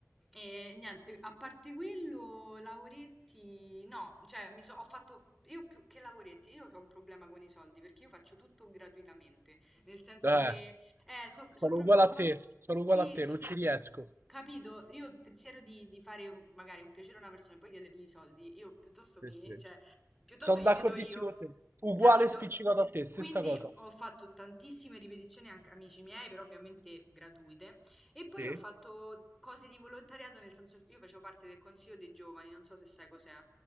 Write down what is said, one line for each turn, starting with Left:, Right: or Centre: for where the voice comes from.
Centre: e niente, a parte quello, lavoretti, no, cioè mi so, ho fatto, io più che lavoretti, io ho un problema con i soldi perché io faccio tutto gratuitamente, nel senso
Right: Eh,
Centre: che eh, so,
Right: sono
Centre: so proprio
Right: uguale a
Centre: fa-
Right: te, sono uguale
Centre: Sì,
Right: a te,
Centre: so,
Right: non ci riesco.
Centre: so- capito. Io il pensiero di, di fare un- magari un piacere a una persona e poi chiedergli i soldi, io piuttosto
Right: Sì,
Centre: mi,
Right: sì.
Centre: cioè, piuttosto
Right: Sono
Centre: glieli
Right: d'accordissimo
Centre: do io,
Right: con te. Uguale
Centre: capito?
Right: spiccicato a te, stessa
Centre: Quindi
Right: cosa.
Centre: ho fatto tantissime ripetizioni anche amici miei, però ovviamente gratuite. E poi
Right: Sì.
Centre: ho fatto cose di volontariato, nel senso io facevo parte del consiglio dei giovani, non so se sai cos'è.